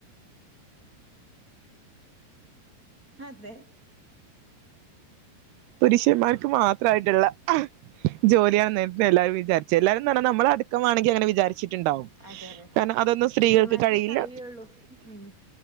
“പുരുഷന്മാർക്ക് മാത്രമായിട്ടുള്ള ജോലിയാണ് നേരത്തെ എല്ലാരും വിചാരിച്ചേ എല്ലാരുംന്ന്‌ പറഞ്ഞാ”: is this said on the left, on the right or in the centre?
Right